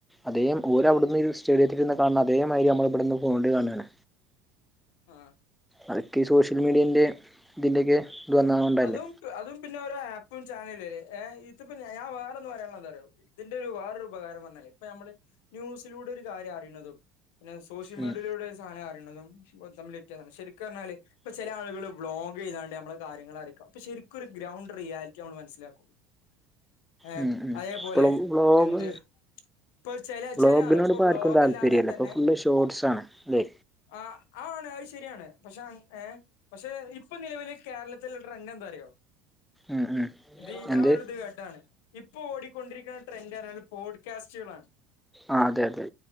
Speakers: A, in the centre; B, on the left.
A: അതേ ഓര് അവിടുന്ന് ഒരു സ്റ്റേഡിയത്തിൽ ഇരുന്ന് കാണുന്ന അതേമാതിരി നമ്മൾ ഇവിടെ യിന്ന് ഫോണിൽ കാണുകാണ്.
B: ആഹ്.
A: അതൊക്കെ ഈ സോഷ്യൽ മീഡിയാന്റെ ഇതിന്റെയൊക്കെ ഇത് വന്ന കൊണ്ട് അല്ലേ.
B: അതും അതും പിന്നെ ഒരോ ആപ്പും ചാനലും അല്ലേ, ഇതിപ്പേ ഞാൻ വേറെ ഒന്ന് പറയാൻ ഉള്ളത് എന്തറിയോ. ഇതിന്റെ ഒരു വേറൊരു ഉപകാരം പറഞ്ഞാൽ ഇപ്പോ നമ്മള് ന്യൂസിലൂടെ ഒരു കാര്യം അറിയുന്നതും പിന്നെ. സോഷ്യൽ
A: ഉം
B: മീഡിയയിലൂടെ ഒരു സാനം അറിയുന്നതും തമ്മിൽ വ്യത്യാസമുണ്ട് ശരിക്ക് പറഞ്ഞാല് ഇപ്പോ ചില ആളുകള് വ്ലോഗ് ചെയ്താണ്ട്. നമ്മളെ കാര്യങ്ങൾ അറിയിക്കാം അപ്പോ ശരിക്കൊരു ഗ്രൗണ്ട് റിയാലിറ്റി നമ്മള് മനസിലാക്കും. ഏഹ്
A: ഉം ഉം
B: അതേപോലെ
A: ബ്ലോ ബ്ലോഗ്
B: എന്ത്. ഇപ്പോ ചെലെ
A: ബ്ലോഗിനോട്
B: ചെലെ ആള് ഇപ്പോ
A: ഇപ്പോൾ
B: വ്ലോഗ്
A: ആർക്കും താല്പര്യമല്ല
B: അല്ലാതെ തന്നെ.
A: ഇപ്പോൾ ഫുള്ള് ഷോർട്സാണ് അല്ലേ
B: ആഹ് ആഹ് ആണ് അത് ശരിയാണ്, പക്ഷേ ഏഹ് പക്ഷേ ഇപ്പോ നിലവില്. കേരളത്തിൽ ഉള്ള ട്രെൻഡ് എന്താറിയോ,
A: ഉം ഉം
B: ദി ഞാൻ
A: എന്ത്
B: ഒരു ഇത് കേട്ടാണ്. ഇപ്പോ ഓടിക്കൊണ്ടിരിക്കുന്ന ട്രെൻഡ് പറഞ്ഞാല് പോഡ്കാസ്റ്റുകളാണ്.
A: ആഹ് അതെ അതെ